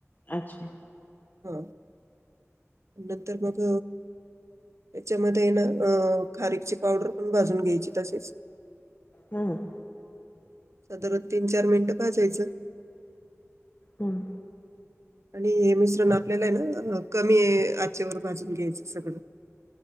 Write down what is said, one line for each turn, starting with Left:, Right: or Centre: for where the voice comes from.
Left: अच्छा!
Right: हा, नंतर मग त्याच्यामध्ये ना अ खारीची पावडर पण भाजून घ्यायची तसेच.
Left: हम्.
Right: नंतर मग तीन-चार मिनिटं भाजयचं.
Left: हम्.
Right: आणि हे मिश्रण आपल्याला आहे ना कमी आच्यावर भाजून घ्यायचं सगळं.